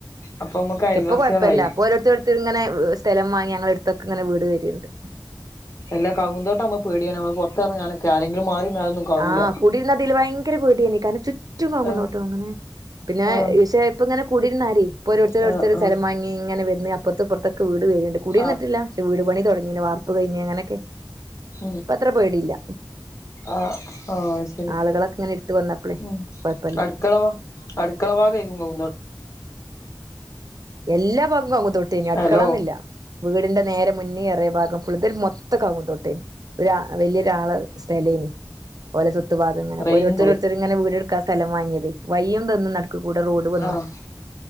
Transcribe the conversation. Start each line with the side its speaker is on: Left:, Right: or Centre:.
Left: അപ്പൊ നമ്മുക്ക് അയൽവാസികളായി
Right: പ്പൊ കൊഴപ്പല്ല ഇപ്പൊ ഒരോര്ത്തര്ഓരോത്തര് ഇങ്ങനെ സ്ഥലം വാങ്ങി ഞങ്ങള അടുത്തൊക്കെ ഇങ്ങനെ വീട് വരിണ്ട്
Left: എല്ലാ കൗങ്ങുതോട്ടം ആകുമ്പോ പേടിയാണ് നമ്മള് പുറത്തി ഇറങ്ങാനൊക്കെ ആരെങ്കിലും മാറി കാണൂല
Right: ആഹ് കുടിരുന്ന അതില് ഭയങ്കര പേടിന്നു കാരണം ചു ചുറ്റും കൗങ്ങുംതോട്ടം
Left: ആഹ്
Right: അങ്ങനെ പിന്നെ
Left: ആഹ്
Right: ഇശേ ഇപ്പങ്ങനെ കുടിയിരുന്നാരെ ഇപ്പോ ഒരോര്ത്തര് ഓരോര്ത്തര്
Left: ആഹ്
Right: സ്ഥലം
Left: ആഹ്
Right: വാങ്ങി ഇങ്ങനെ വര്ന്ന് അപ്പുറത്തെപ്പുറത്തക്കെ വീട് വര്ന്ണ്ട് കുടയിരിന്നിട്ടില്ല
Left: ആഹ്
Right: പക്ഷേ വീട് പണി തുടങ്ങീന്നു വാപ്പ് കഴിഞ്ഞ് അങ്ങനൊക്കെ
Left: ഉം
Right: ഇപ്പൊ അത്ര പേടിയില്ല
Left: ആഹ് ഒ ശരി
Right: ആളുകളൊക്കെ ഇങ്ങനെ എടുത്ത് വന്നപ്പളേ
Left: ഉം
Right: കൊഴപ്പല്ല
Left: അടുക്കളോ അടുക്കള ഭാഗആയിക്കും കൗങ്ങും തോട്ടം
Right: എല്ലാ ഭാഗം കൗങ്ങും തൊട്ടേന്നു അടുക്കളന്നില്ല
Left: ഹലോ
Right: വീടിന്റെ നേരെ മുന്നേറിയ ഭാഗം ഫുളിത്ത മൊത്തം കൗങ്ങും തോട്ടേന്നു ഒരു അഹ് വലിയോരാള് സ്ഥലാര്ന്ന് പോലെ വലത്തു ഭാഗ ഇങ്ങനെപ്പോ
Left: റേഞ്ച്
Right: ഓരോത്തരോരുത്തർങ്ങനെ വീട്ടുക്കാ സ്ഥലം വാങ്ങി വൈയും തന്ന് നടക്കൂടെ റോഡ് വന്ന്
Left: ആഹ്